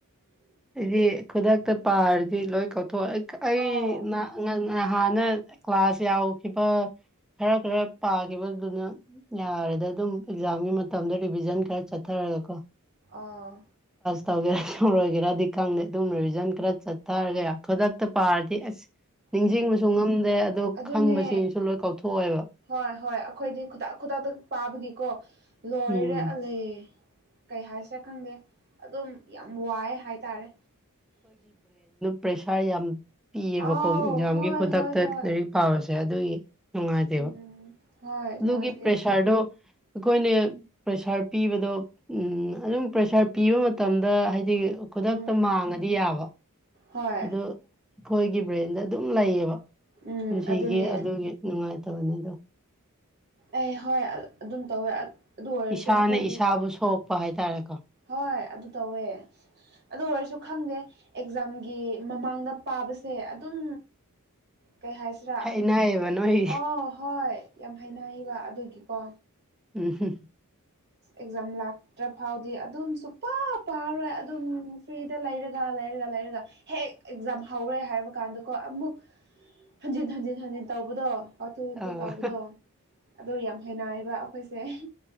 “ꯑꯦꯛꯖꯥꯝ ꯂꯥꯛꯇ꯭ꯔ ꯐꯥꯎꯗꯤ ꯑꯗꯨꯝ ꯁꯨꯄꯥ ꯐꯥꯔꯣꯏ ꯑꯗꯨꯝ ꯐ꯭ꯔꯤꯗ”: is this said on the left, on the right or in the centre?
Right